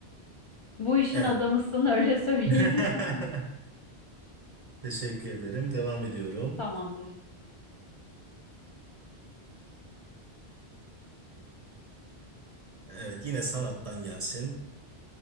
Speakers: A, on the left (about 45°); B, on the right (about 40°).
A: Bu işin
B: Evet.
A: adamısın öyle söyleyeyim.
B: <laughs>
A: <laughs>
B: Teşekkür ederim. Devam ediyorum.
A: Tamamdır.
B: Evet, yine sanattan gelsin.